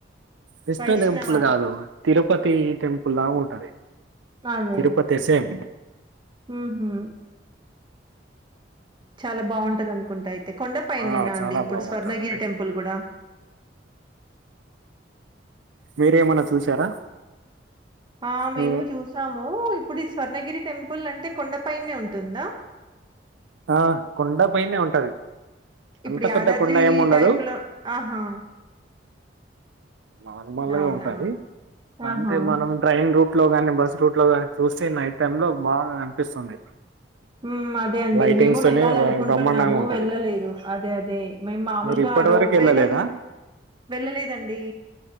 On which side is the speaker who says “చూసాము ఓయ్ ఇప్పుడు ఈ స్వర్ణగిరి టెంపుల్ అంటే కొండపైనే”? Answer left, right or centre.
Right